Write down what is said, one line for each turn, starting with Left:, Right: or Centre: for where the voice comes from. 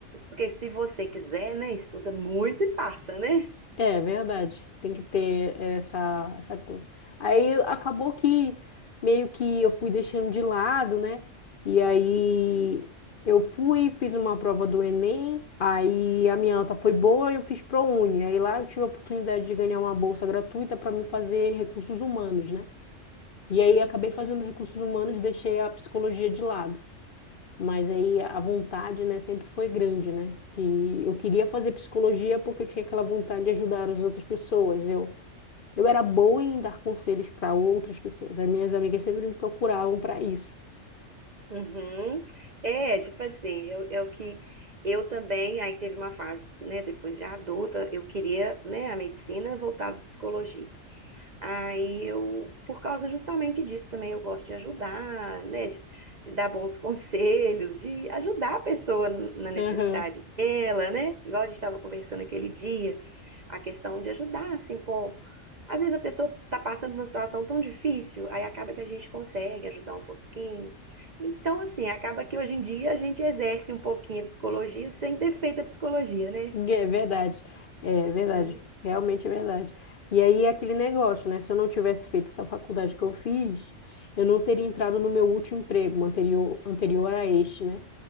Right: porque se você quiser, né, estuda muito e passa, né?
Left: É verdade, tem que ter essa, essa coisa. Aí acabou que meio que eu fui deixando de lado, né? E aí eu fui, fiz uma prova do Enem, aí a minha nota foi boa e eu fiz ProUni. Aí lá eu tive a oportunidade de ganhar uma bolsa gratuita para me fazer recursos humanos, né? E aí acabei fazendo recursos humanos, deixei a psicologia de lado. Mas aí a vontade, né, sempre foi grande, né? Que eu queria fazer psicologia porque eu tinha aquela vontade de ajudar as outras pessoas. Eu, eu era boa em dar conselhos para outras pessoas. As minhas amigas sempre me procuravam para isso.
Right: Uhum. É, tipo assim, eu, eu que eu também, aí teve uma fase, né, depois de adulta, eu queria, né, a medicina voltada à psicologia. Aí eu, por causa justamente disso também, eu gosto de ajudar, né? De, de dar bons <laughs> conselhos, de ajudar a pessoa na necessidade
Left: Aham.
Right: dela, né? Igual a gente estava conversando aquele dia, a questão de ajudar, assim, com. Às vezes a pessoa está passando por uma situação tão difícil, aí acaba que a gente consegue ajudar um pouquinho. Então, assim, acaba que hoje em dia a gente exerce um pouquinho a psicologia sem ter feito a psicologia, né?
Left: É verdade. É verdade.
Right: É.
Left: Realmente é verdade. E aí é aquele negócio, né? Se eu não tivesse feito essa faculdade que eu fiz, eu não teria entrado no meu último emprego, anterior, anterior a este, né?